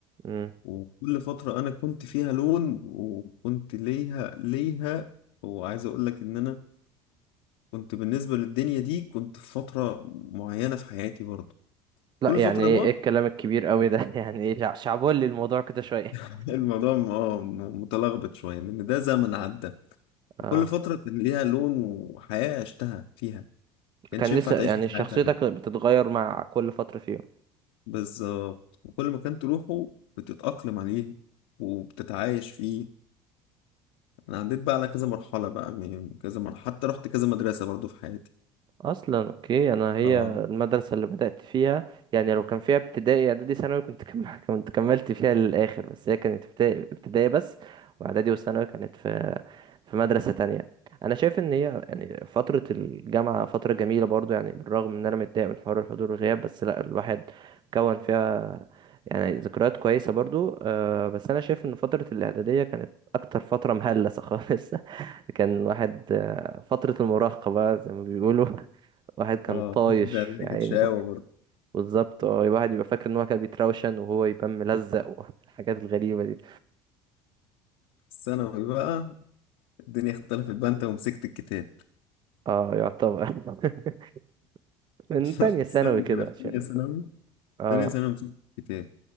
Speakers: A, on the right; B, on the left.
A: امم
B: وكل فتره انا كنت فيها لون وكنت ليها ليها وعايز اقول لك ان انا كنت بالنسبه للدنيا دي كنت في فتره معينه في حياتي برضو
A: لا
B: كل
A: يعني
B: فتره
A: ايه
B: بقى
A: إيه الكلام الكبير قوي ده <laughs> يعني ايه شع- شعبولي الموضوع كده شوية
B: <laughs> الموضوع م- اه م- متلخبط شويه لان ده زمن عدى
A: اه
B: كل فترة كان ليها لون وحياة عشتها فيها كانش
A: كان
B: ينفع
A: لسه
B: تعيش
A: يعني
B: في
A: شخصيتك
B: حياة تانية
A: بتتغير مع كل فترة فيهم
B: بالظبط وكل ما كان تروحه بتتأقلم عليه وبتتعايش فيه أنا عديت بقى على كذا مرحلة بقى من كذا مرحلة حتى رحت كذا مدرسة برضو في حياتي
A: اصلا اوكي انا هي
B: اه
A: المدرسه اللي بدات فيها يعني لو كان فيها ابتدائي اعدادي ثانوي كنت كم... <laughs> كنت كملت فيها للاخر بس هي كانت ابتدائي ابتدائي بس واعدادي وثانوي كانت في في مدرسه تانية انا شايف ان هي يعني فتره الجامعه فتره جميله برضو يعني بالرغم ان انا متضايق من حوار الحضور والغياب بس لا الواحد كون فيها يعني ذكريات كويسه برضو أه بس انا شايف ان فتره الاعداديه كانت اكتر فتره مهلسه خالص <laughs> كان الواحد آه، فترة المراهقة بقى زي ما بيقولوا <laughs> واحد كان
B: اه
A: طايش
B: فترة الإعدادية
A: يا
B: كانت
A: عيني
B: شقاوة برضو
A: بالظبط اه الواحد يبقى فاكر ان هو كان بيتروشن وهو يبقى ملزق والحاجات الغريبة دي
B: الثانوي بقى الدنيا اختلفت بقى أنت ومسكت الكتاب
A: اه يعتبر <laughs> من
B: <laughs>
A: تانية ثانوي
B: استنى،
A: كده
B: أنا
A: عشان
B: في تانية ثانوي
A: اه
B: تانية ثانوي مسكت الكتاب